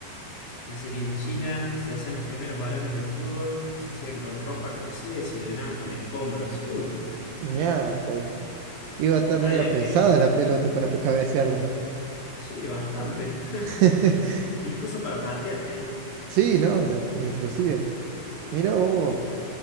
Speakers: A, on the left; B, on the right.
A: Dice que en China se hacían los primeros balones de fútbol que se hacían con ropa cocida y se llenaban con escombros. Uy,
B: Miércoles. Iba a estar
A: había
B: media pesada
A: que...
B: la pelota para pe- cabecearla.
A: Sí, bastante.
B: <laughs>
A: <laughs> Incluso para patear, te diría.
B: Sí, ¿no? De- Inclusive. Mira vos,